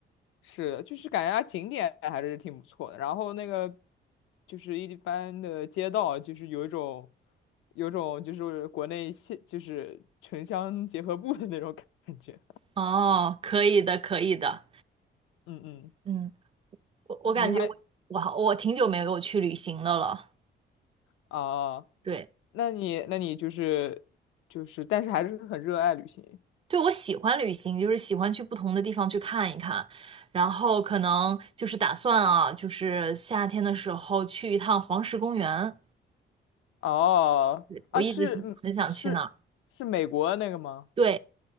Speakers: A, on the left (about 90°); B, on the right (about 30°).
A: 是，就是感觉它景点还是挺不错的。然后那个就是一般的街道，就是有一种有一种就是国内县就是城乡结合部的那种感觉。
B: 哦，可以的，可以的。
A: 嗯嗯，
B: 嗯，我我感觉我我好我挺久没有去旅行的了。
A: 你还啊？
B: 对，
A: 那你那你就是就是，但是还是很热爱旅行。
B: 对，我喜欢旅行，就是喜欢去不同的地方去看一看，然后可能就是打算啊，就是夏天的时候去一趟黄石公园。
A: 哦啊，
B: 对我一直很想去那
A: 是嗯是是美国那个吗？
B: 对，